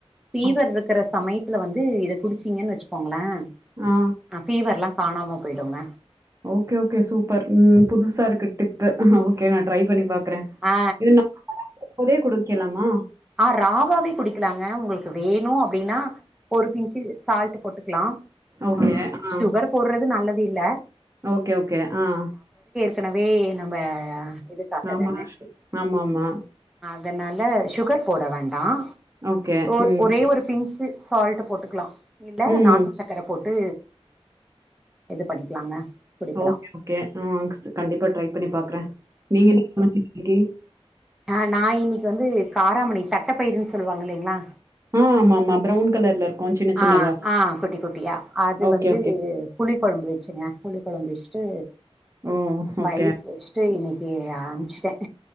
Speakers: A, in the centre; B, on the right.
A: பீவர்
B: அப்
A: இருக்கிற சமை ல வந்து இத குடிச்சீங்கன்னு வெச்சுக்கோங்களேன்
B: ஆ.
A: ஆஹ் பீவர் எல்லாம் காணாம போய்டுங்க
B: ஓகே ஓகே சூப்பர் உம் புதுசா இருக்கு டிப் இது ஓகே நான் ட்ரை பண்ணி பாக்குறேன்
A: ஆ
B: இதுனா இதே குடு கேலாமா
A: ஆஹ் ராவாவே குடிக்கலாங்க உங்களுக்கு வேணும் அப்படின்னா பொறு பிஞ்சு சால்ட் போட்டுக்கலாம்
B: ஓகே.
A: ஆஹ்
B: ஆ.
A: சுகர் போடுறது நல்லது வில
B: ஓகே ஓகே ஆஹ்
A: ஏற்கனவே நம்ம இதுக்காக
B: ஆமா
A: தானே
B: ஆமாமா
A: அதனால சுகர் போட வேண்டாம்
B: ஓகே.
A: ஒ
B: ம்.
A: ஒரே ஒரு பிஞ்சு சால்ட் போட்டுக்கலாம் இல்ல
B: ம்.
A: நாட்டு சக்கர போட்டு எது பண்ணிக்கலாங்க குடிக்கலா
B: ஓகே ஓகே ம் கண்டிப்பா ட்ரை பண்ணி பாக்குறேன் நீங்க என்ன <unintelligible>
A: ஹ நான் இன்னைக்கு வந்து காராமணி தட்டப்பயிருன்னு சொல்லுவாங்க இல்லலைங்களா
B: ஆஹ் ஆமா ஆமா பிரவுன் கலர்ல இருக்கும் சின்ன
A: ஆ
B: சின்னதா
A: ஆ குட்டி குட்டியா அது
B: ஓகே
A: வந்து
B: ஓகே
A: புளி கொழம்பு வெச்சுங்க புளி கொழம்பு வெச்சுட்டு
B: ஓ!
A: பயசு
B: ஓகே.
A: எஷ்டு இன்னைக்கு ஓகே ஆரம்பிச்சுட்டேன்